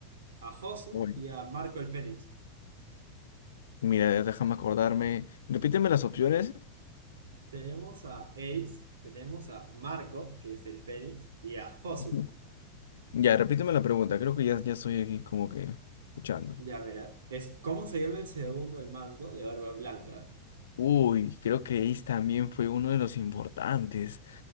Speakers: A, on the right (about 65°); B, on the left (about 60°).
A: a Josu
B: Uy,
A: y a Marco el Fénix.
B: Mira, déjame acordarme. Repíteme las opciones.
A: Tenemos a Ace, tenemos a Marco, que es el Fénix, y a Josu.
B: Ujú. Ya, repíteme la pregunta. Creo que ya, ya estoy aquí como que escuchando.
A: Ya mira Es, ¿cómo se llama el segundo el mando de Barba Blanca?
B: Uy, creo que Ace también fue uno de los importantes.